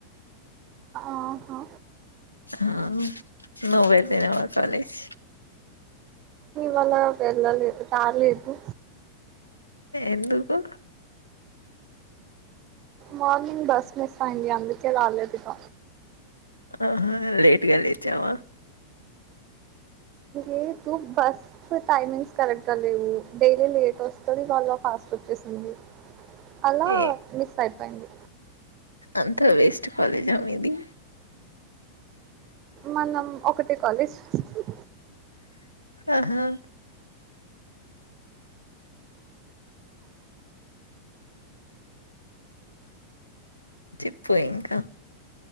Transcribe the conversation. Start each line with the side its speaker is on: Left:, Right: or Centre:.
Right: ఆహా
Left: ఉమ్ నువ్వు అయితే ఈ కాలేజ్
Right: మల్ల వెళ్ళలేదు తార్లీకు
Left: ఎందుకు
Right: మార్నింగ్ బస్ మిస్ అయింది అందుకే రాలేదు ఇక
Left: ఆహ లేటుగా లేచావా
Right: లేదు బస్ టైమింగ్స్ కరెక్ట్ గా లేవు డైలీ లేట్ వస్తది ఇ వాళ ఫాస్ట్ వచ్చేసింది అలా
Left: ఏ
Right: మిస్ అయిపోయింది
Left: అంతా వెస్ట్ కాలేజ్ ఆ మీది
Right: మనం ఒకటే కాలేజ్ చేస్తున్నా
Left: ఆహా చెప్ప ఇంకా